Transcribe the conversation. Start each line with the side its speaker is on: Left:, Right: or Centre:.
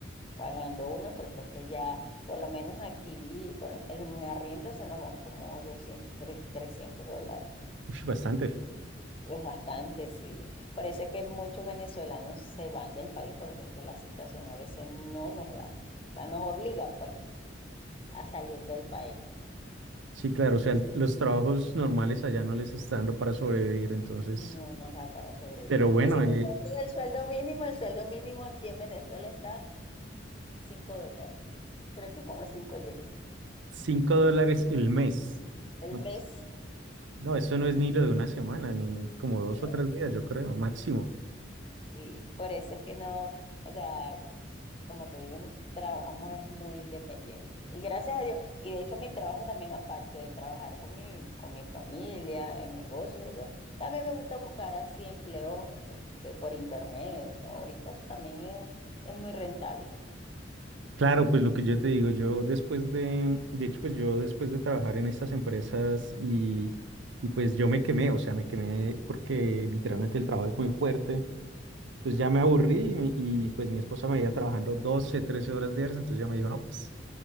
Left: pagando uno, porque es que ya, por lo menos aquí, por, lo- en arriendo se nos van como 200 tre- 300 dólares.
Right: Ush, bastante.
Left: Es bastante, sí. Por eso es que muchos venezolanos se van del país, porque es que la situación a veces no nos da, o sea, nos obliga, pues, a salir del país.
Right: Sí, claro, o sea, el- los trabajos normales allá no les está dando para sobrevivir, entonces,
Left: No nos da para sobrevivir.
Right: pero bueno,
Left: Y si te cuento
Right: eh,
Left: el sueldo mínimo, el sueldo mínimo aquí en Venezuela está 5 dólares. Creo que como 5 llega.
Right: cinco dólares el mes,
Left: El
Right: ¿no?
Left: mes,
Right: Pues. No, eso no es ni lo de una semana, ni como dos
Left: ¿no?
Right: o tres días, yo creo, máximo.
Left: Sí, por eso es que no, o sea, como te digo, nosotros trabajamos es muy independiente. Y gracias a Dios, y de hecho mi trabajo también, aparte de trabajar con mi, con mi familia, en negocios y eso, también me gusta buscar así empleos este, por internet. Eso. Ahorita eso también es, es muy rentable.
Right: Claro, pues lo que yo te digo, yo después de, de hecho, pues yo después de trabajar en estas empresas y, y pues yo me quemé, o sea, me quemé porque literalmente el trabajo es muy fuerte. Entonces ya me aburrí y, mi- y, pues mi esposa me iba trabajando 12, 13 horas diarias, entonces ya me dijo, no, pues